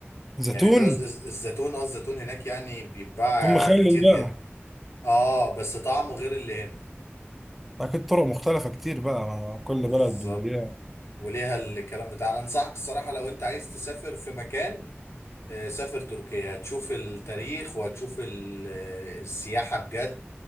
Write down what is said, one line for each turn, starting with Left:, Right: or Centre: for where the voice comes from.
Centre: الزيتون
Left: يعني بيبيعوا الز- الز- الزيتون اه الزيتون هناك يعني بيتباع
Centre: ثم مخلل
Left: كتير
Centre: بقى
Left: جدا اه بس طعمه غير اللي هنا
Centre: اكيد طرق مختلفة كتير بقى مع كل
Left: بالظبط
Centre: بلد وليها
Left: وليها الكلام بتاع انا انصحك الصراحه لو انت عايز تسافر في مكان آه، سافر تركيا هتشوف التاريخ وهتشوف ال- آه، السياحه بجد